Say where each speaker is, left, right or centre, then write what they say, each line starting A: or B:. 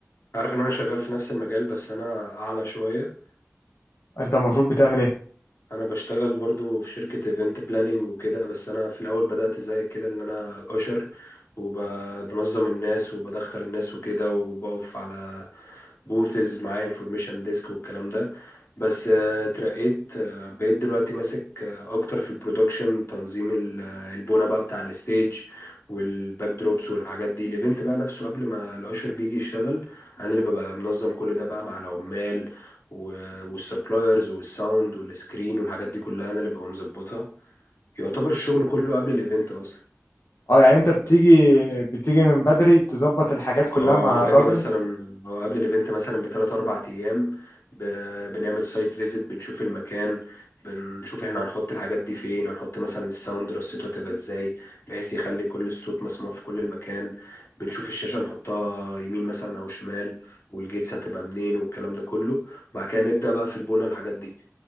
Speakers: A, on the left; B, on the left.
A: عارف ان انا شغال في نفس المجال بس انا اعلى شوية
B: انت المفروض بتعمل ايه
A: انا بشتغل برضو في شركة ايفنت بلاننج وكده بس انا في الاول بدأت زي كده ان انا اشر وبنظم الناس وبدخل الناس وكده وبقف على بوثز معايا انفورميشن ديسك والكلام ده بس آه، اترقيت آه، بقيت دلوقتي ماسك آه، اكتر في البرودكشن تنظيم ال- آه، البونة بقى بتاع الستيج والباك دروبس والحاجات دي الايفنت بقى نفسه قبل ما الاشر بيجي يشتغل انا اللي ببقى منظم كل ده بقى مع العمال والسبلايرز والساوند والسكرين والحاجات دي كلها انا اللي ببقى مظبطها يعتبر الشغل كله قبل الايفنت اصلا
B: اه يعني انت بتيجي بتيجي من بدري تظبط الحاجات كلها
A: اه
B: مع
A: انا باجي
B: الراجل
A: مثلا آه، قبل الايفنت مثلا بثلاث اربع ايام ب- بنعمل سايت فيزيت بنشوف المكان بنشوف احنا هنحط الحاجات دي فين هنحط مثلا الساوند رصيته هتبقى ازاي بحيث يخلي كل الصوت مسموع في كل المكان بنشوف الشاشة نحطها يمين مثلا او شمال والجيتس هتبقى منين والكلام ده كله وبعد كده نبدأ بقى في البنى الحاجات دي